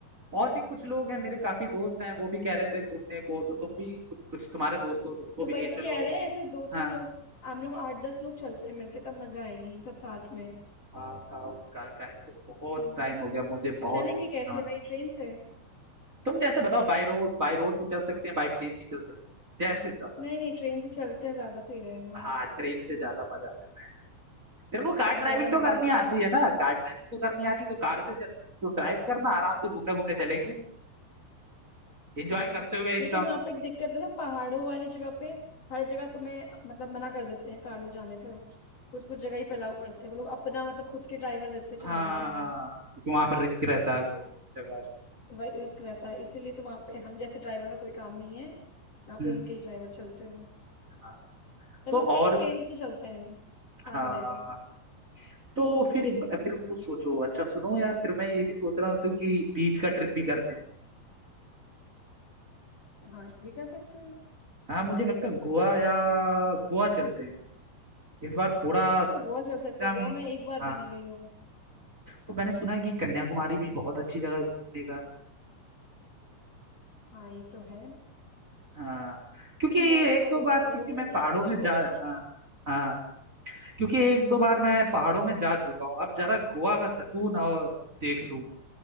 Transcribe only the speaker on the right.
और भी कुछ लोग हैं मेरे काफी दोस्त हैं वो भी कह रहे थे घूमने को तो तुम भी कुछ, कुछ तुम्हारे दोस्त हो तुमको
भी
ले चलो
हाँ
हाँ का उसका का, से बहुत
टाइम हो गया मुझे बहुत
घूमने
का मन
तुम जैसे बताओ बाय रोड बाय रोड भी चल सकते हैं बाय प्लेन भी चल सकते हैं जैसे चाहो
हाँ ट्रेन से ज्यादा मजा आता है तेरे को कार
ड्राइविंग
तो करनी
आती
है ना कार ड्राइविंग तो करनी आती है तो कार से चलते हैं। तो ड्राइव करना आराम से घूमने घूमने चलेंगे एंजॉय
करते हुए एकदम
हाँ
क्योंकि वहां पर रिस्क रहता है घूमने
की जगह पे।
हम्म
हाँ।
तो
और
हाँ
तो फिर फिर
वो सोचो अच्छा सुनो यार फिर मैं ये भी सोच रहा हूँ तो कि बीच का ट्रिप भी कर लें
हाँ मुझे लगता है गोवा या गोवा चलते हैं इस बार थोड़ा स-
एकदम
हाँ
तो मैंने सुना है कि कन्याकुमारी भी बहुत अच्छी जगह है घूमने का
हाँ क्योंकि
एक दो
बार
क्योंकि
मैं पहाड़ों
में
जा
हाँ हाँ क्योंकि एक दो बार मैं पहाड़ों में जा चुका हूँ अब जरा गोवा का सुकून और देख लूँ